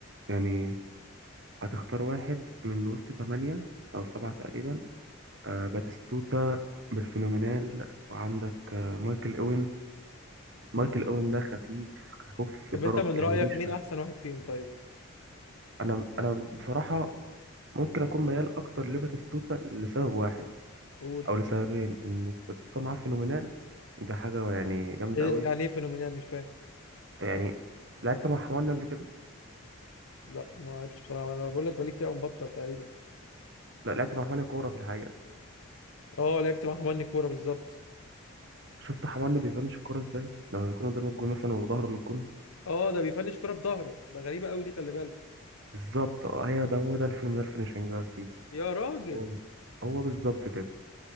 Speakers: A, on the right; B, on the left.
A: يعني هتختار واحد من وسط ثمانية او سبعة تقريبا آه، باتيستوتا بالفينومينال وعندك آه، مايكل اوين مايكل اوين ده خفيف خف في
B: طب
A: درج
B: انت من
A: يعني
B: رايك
A: ريشه
B: مين احسن واحد فيهم طيب
A: انا انا بصراحه ممكن اكون ميال اكتر لباتيستوتا لسبب واحد
B: قول
A: او لسببين ان باتيستوتا معاه فينومينال دي حاجه يعني جامده
B: إيه-
A: قوي
B: يعني ايه فينومينال مش فاهم
A: يعني لعبت مع حماني قبل كده
B: لا ما لعبتش بصراحه انا بقول لك بقالي كتير قوي مبطل تقريبا
A: لا لعبت مع حماني كوره في الحقيقه
B: اه لعبت مع حماني كوره بالظبط
A: شفت حماني بيفنش الكوره ازاي لما يكون قدام الجون مثلا وظهره للجون
B: اه ده بيفنش كوره بظهره ده غريبه قوي دي خلي بالك
A: بالظبط اه هي ده هو ده الفينومينال فينيشنج بقى في بيس
B: يا راجل
A: هو هو بالظبط كده